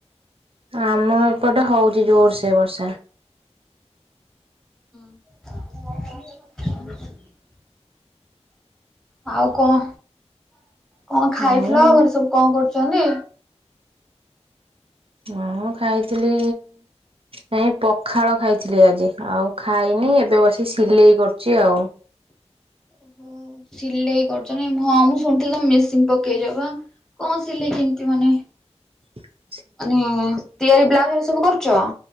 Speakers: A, on the right; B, in the centre.
A: ଆମ ଏପଟେ ହଉଛି ଜୋର ସେ ବର୍ଷା।
B: <unintelligible> ଆଉ କଣ କଣ ଖାଇଥିଲ
A: ମୁଁ
B: ଘରେ ସବୁ କଣ କରୁଛନ୍ତି?
A: ହଁ ଖାଇଥିଲି ନାଇ ପଖାଳ ଖାଇଥିଲି ଆଜି ଆଉ ଖାଇନି ଏବେ ବସି ସିଲେଇ କରୁଛି ଆଉ।
B: ଓହୋ ସିଲେଇ କରୁଛ ନାଇ ହଁ ମୁଁ ଶୁଣିଥିଲି ତମେ ମେସିନ ପକେଇଛପା? କଣ ସିଲେଇ କେମତି ମାନେ?
A: <unintelligible>
B: ମାନେ ତିଆରି ବ୍ଲାଉଜ ହେରିକା ସବୁ କରୁଛ?